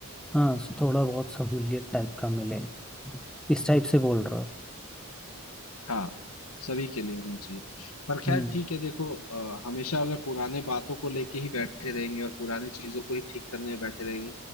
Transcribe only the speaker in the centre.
हाँ सो थोड़ा बहुत सहूलियत टाइप का मिले इस टाइप से बोल रहे हो
हम्म